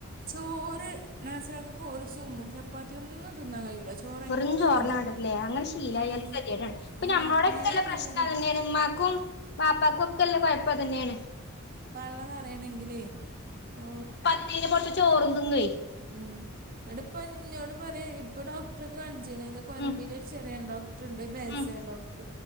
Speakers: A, on the right; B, on the left.
A: ചോറ് നാസിറാക്കക്ക് ഒരു സും ചപ്പാത്തി ഒന്നും തിന്നാൻ കഴിയൂല ചോറ്
B: വെറും
A: തന്നെ
B: ചോർന്നവേണ്ടല്ലേ
A: തിന്നണം
B: അങ്ങനെ ശീലായല്
A: ഉം,
B: ഗതികേടാണ് ഇപ്പ
A: ഉം,
B: നമ്മളോടൊക്കെല്ല
A: എന്നാലേ പള്ളറ്
B: പ്രശ്നം അത് തന്നെയാണ് മ്മാക്ക് ക്കും വാപ്പാക്കും ഒക്കെല്ല കുഴപ്പം ഇത് തന്നെയാണ്
A: പള്ളനറയണെങ്കിലേ ഓ
B: അയിന്റെ പൊറത്ത് ചോറും തിന്നുവേ
A: ഉം അന്നിട്ടിപ്പാ എന്നോട് പറയാ ഇപ്പൊ ഡോ ഡോക്ടർ കാണിച്ചക്ണ് കൊറമ്പിലെ
B: ഉം
A: ഒരു ചെറിയാൻ ഡോക്ടറുണ്ട് ഒരു വയസായ
B: ഉം
A: ഡോക്ടർ